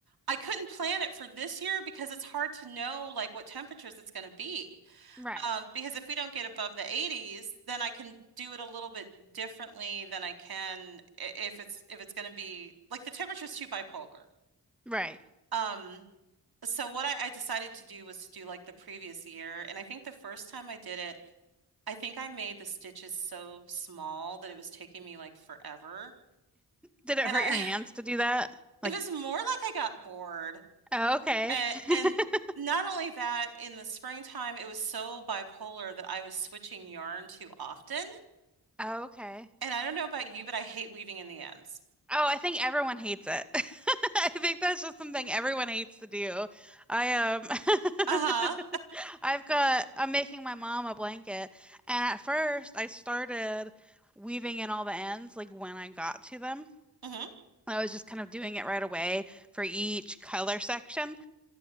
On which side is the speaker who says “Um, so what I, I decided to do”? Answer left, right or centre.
Right